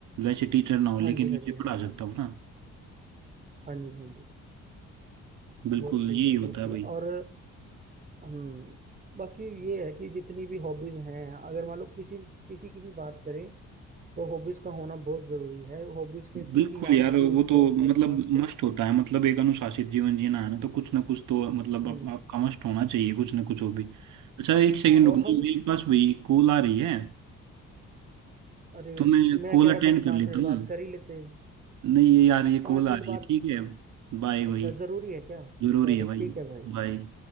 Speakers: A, on the right; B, on the right.
A: वैसे टीचर ना हो लेकिन
B: हाँ जी हाँ
A: मुझे
B: जी
A: पढ़ा
B: हाँ
A: सकता हूँ ना
B: हाँ जी हाँ जी
A: बिल्कुल
B: बहुत सही
A: यही
B: है बहुत
A: होता है
B: सही
A: भाई
B: है और हम्म बाकी ये है कि जितनी भी हॉबीज हैं अगर मान लो किसी किसी की भी बात करें तो हॉबीज का होना बहुत जरूरी है हॉबीज के थ्रू
A: बिल्कुल
B: ही आप
A: यार
B: अपने
A: वो तो
B: गोल की
A: मतलब
B: तरफ पहुंचते हो
A: मस्ट होता है मतलब एक अनुशासित जीवन जीना है ना तो कुछ ना कुछ तो मतलब
B: हम्म
A: आप, आपका मस्ट होना चाहिए कुछ ना कुछ हो भी अच्छा एक सेकंड
B: हाँ
A: रुकना
B: और हम
A: मेरे पास भाई कॉल आ रही है
B: अरे
A: तो मैं
B: मैं
A: कॉल
B: कह रहा
A: अटेंड
B: था कि
A: कर
B: पाँच
A: लेता
B: मिनट
A: हूँ
B: बात कर ही लेते हैं
A: नहीं ये यार ये
B: पाँच
A: कॉल
B: मिनट
A: आ रही है
B: बात
A: ठीक है बाय भाई
B: अच्छा ज़रूरी है क्या
A: जरूरी
B: चलो
A: है भाई
B: ठीक है भाई
A: बाय